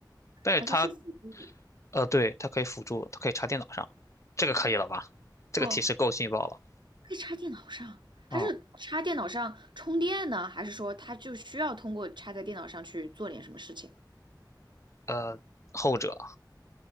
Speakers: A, on the left; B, on the right.
A: 但是它，
B: 而它是辅助
A: 呃，对，它可以辅助，它可以插电脑上，这个可以了吧？这个提示够劲爆了。
B: 哦，可以插电脑上，
A: 哦，
B: 它是插电脑上充电呢，还是说它就需要通过插在电脑上去做点什么事情？
A: 呃，后者